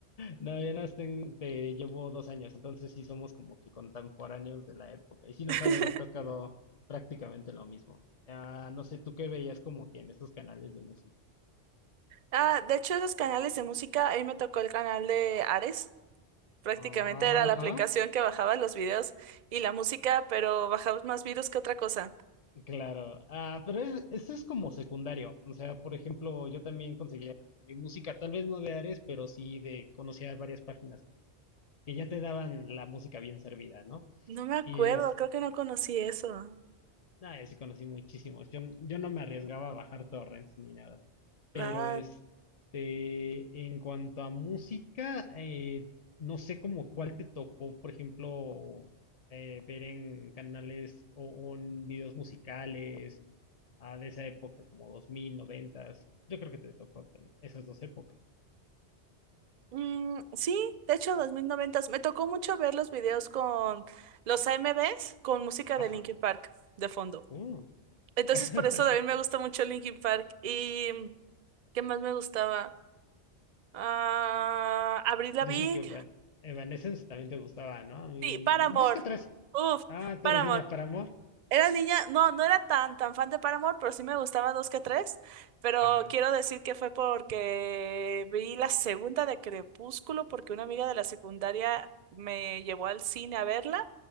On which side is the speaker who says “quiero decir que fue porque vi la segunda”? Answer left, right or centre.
Right